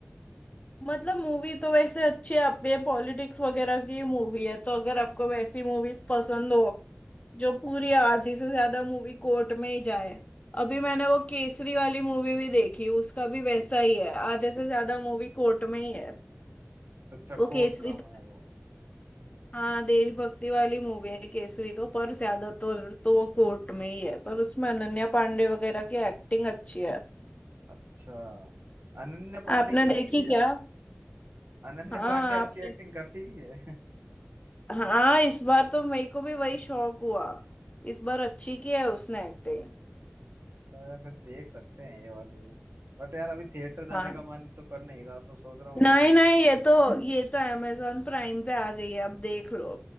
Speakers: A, on the left; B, on the right.
A: मतलब मूवी तो वैसे अच्छी है आपके पॉलिटिक्स वगैरह की मूवी है तो अगर आपको वैसी मूवीज पसंद हो जो पूरी आधी से ज्यादा मूवी कोर्ट में ही जाए अभी मैंने वो केसरी वाली मूवी भी देखी उसका भी वैसा ही है आधे से ज्यादा मूवी कोर्ट में ही है
B: अच्छा
A: वो
B: कोर्ट
A: केसरी
B: ड्रामा
A: तो
B: है वो
A: हाँ देशभक्ति वाली मूवी है केसरी तो पर ज्यादा तो तो वो कोर्ट में ही है पर उसमें अनन्या पांडे वगैरह की एक्टिंग अच्छी है
B: अच्छा अनन्या पांडे
A: आपने
B: की अच्छी
A: देखी
B: है यार
A: क्या
B: अनन्या
A: हाँ
B: पांडे अच्छी
A: आपने
B: एक्टिंग करती भी है
A: हाँ इस बार तो मेरे को भी वही शौक हुआ इस बार अच्छी की है उसने एक्टिंग
B: <laughs> सर देख सकते हैं ये वाली भी बट यार अभी थिएटर जाने
A: हाँ
B: का मन तो कर नहीं रहा तो सोच रहा हूँ वो
A: नहीं
B: डिप
A: नहीं ये तो ये तो अमेजोन प्राइम पे आ गई है अब देख लो